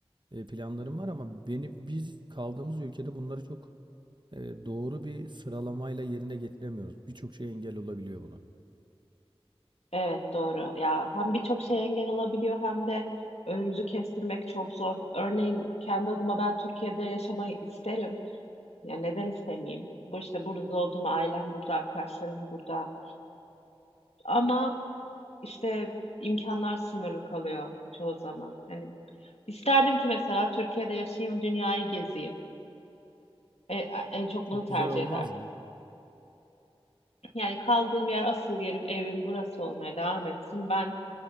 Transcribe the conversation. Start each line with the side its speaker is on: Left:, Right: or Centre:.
Right: eee, planlarım var ama beni biz kaldığımız ülkede bunları çok, eee, doğru bir sıralamayla yerine getiremiyoruz. Birçok şey engel olabiliyor buna.
Left: Evet doğru. Ya hem birçok şey engel olabiliyor hem de önümüzü kestirmek çok zor. Örneğin kendi adıma ben Türkiye'de yaşamayı isterim. Ya neden istemeyeyim? Bu işte burada doğdum, ailem burada, arkadaşlarım burada. Ama işte imkanlar sınırlı kalıyor çoğu zaman. Hani isterdim ki mesela Türkiye'de yaşayayım, dünyayı gezeyim. E, en çok
Right: Çok
Left: bunu tercih
Right: güzel olmaz
Left: ederdim.
Right: mı?
Left: Yani kaldığım yer, asıl yerim, evim burası olmaya devam etsin. Ben